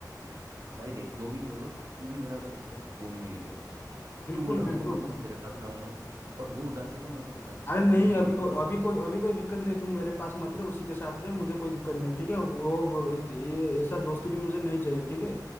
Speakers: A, on the right; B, on the left.
A: भाई देख जो भी बोलो तू भी मेरा दोस्त है वो भी मेरी दोस्त है
B: बिल्कुल
A: तू उदास
B: बिल्कुल
A: होगा तो मैं तेरे पास रहूंगा और वो उदास है तो मैं उसके साथ
B: अरे
A: भी रहूंगा
B: नहीं
A: मैं ये
B: अभी
A: नहीं सोचूंगा
B: को अभी कोई अभी कोई दिक्कत नहीं तुम मेरे पास मत रहे उसी के साथ रहे मुझे कोई दिक्कत नहीं है ठीक है वो वो- इत- ये ऐसा दोस्ती भी मुझे नहीं चाहिए ठीक है